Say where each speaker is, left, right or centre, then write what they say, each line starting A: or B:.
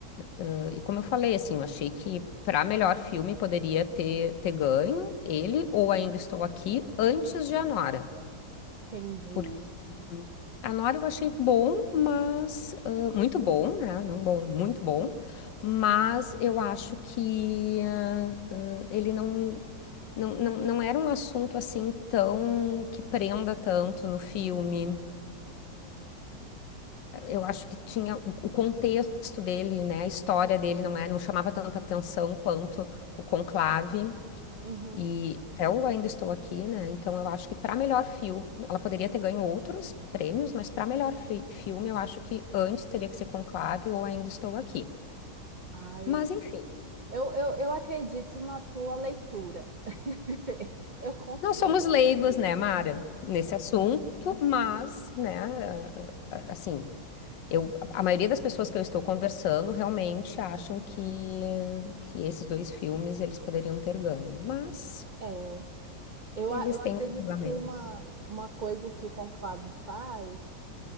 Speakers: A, on the left (about 85°); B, on the right (about 85°).
A: ah, ah, e como eu falei, assim, eu achei que para melhor filme poderia ter, ter ganho ele ou Ainda Estou Aqui antes de Anora,
B: entendi.
A: porque Anora eu achei bom, mas ah, muito bom, né? Não bom, muito bom, mas eu acho que ah, ah, ele não. Não, não, não era um assunto assim tão que prenda tanto no filme. Eu acho que tinha o o contexto dele, né? A história dele não é, não chamava tanta atenção quanto o Conclave.
B: Uhum.
A: E até eu ainda estou aqui, né? Então eu acho que para melhor filme, ela poderia ter ganho outros prêmios, mas para melhor fi- filme, eu acho que antes teria que ser Conclave ou Ainda Estou Aqui.
B: Ai,
A: Mas enfim,
B: eu, eu, eu acredito na tua leitura. <laughs> Eu confio.
A: nós somos leigos, né, Mara, nesse assunto, mas, né, assim. Eu, a maioria das pessoas que eu estou conversando realmente acham que, que esses dois filmes eles poderiam ter ganho, mas
B: É, eu,
A: eles
B: a- eu
A: têm
B: acredito
A: julgamentos.
B: que uma, uma coisa que o Conclave faz.